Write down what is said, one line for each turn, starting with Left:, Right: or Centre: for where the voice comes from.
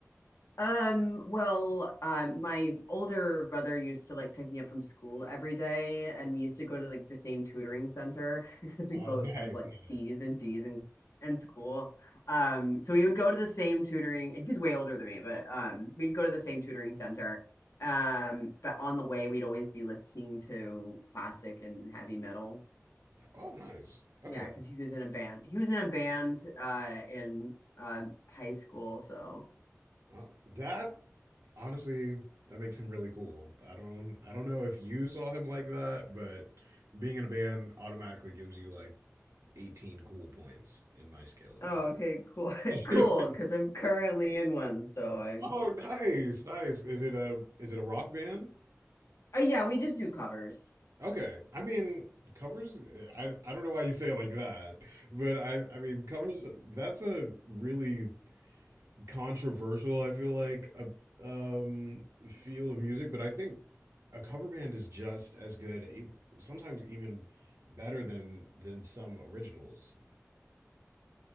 Left: Um, well, um, my older brother used to like pick me up from school every day, and we used to go to like the same tutoring center <laughs> because we
Right: Oh,
Left: both
Right: <laughs> nice,
Left: had like
Right: nice.
Left: C's and D's in in school. Um, so we would go to the same tutoring, and he was way older than me, but um, we'd go to the same tutoring center. Um, but on the way, we'd always be listening to classic and heavy metal.
Right: Oh, nice. Okay.
Left: Yeah, because he was in a band. He was in a band uh in um high school, so.
Right: Uh, that honestly that makes him really cool. I don't I don't know if you saw him like that, but being in a band automatically gives you like 18 cool points in my scale at
Left: Oh,
Right: least.
Left: okay, cool, <laughs>
Right: <laughs>
Left: cool. Because I'm currently in one, so I.
Right: oh, nice. Nice. Is it a is it a rock band?
Left: Uh, yeah, we just do covers.
Right: Okay. I mean, covers, I, I don't know why you say it like that, but I, I mean, covers, that's a really controversial, I feel like, a, um, field of music, but I think a cover band is just as good, e- sometimes even better than, than some originals.